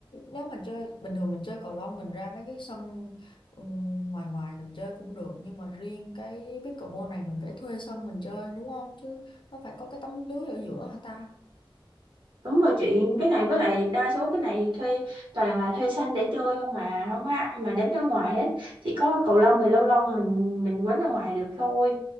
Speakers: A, on the left; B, on the right.
A: nếu mà chơi bình thường mình chơi cầu lông mình ra mấy cái sân ừ, ngoài ngoài mình chơi cũng được nhưng mà riêng cái pickleball này mình phải thuê sân mình chơi đúng không chứ nó phải có cái tấm lưới ở giữa hả ta
B: đúng rồi chị cái này với lại đa số cái này thuê toàn là thuê sân để chơi không mà không có ai mà đánh ở ngoài hết chỉ có cầu lông thì lâu lâu mình mình quánh ở ngoài được thôi